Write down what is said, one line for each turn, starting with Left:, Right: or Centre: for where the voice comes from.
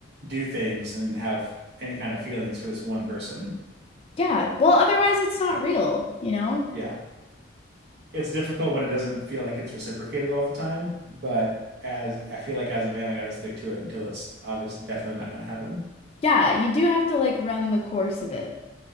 Right: do things and have any kind of feelings for this one person.
Left: Yeah. Well, otherwise
Right: It's-
Left: it's not real, you know?
Right: Yeah. it's difficult when it doesn't feel like it's reciprocated all the time, but as I feel like as a man, I got to stick to it until it's obvious definitely not going to happen.
Left: Yeah, you do have to like run the course of it.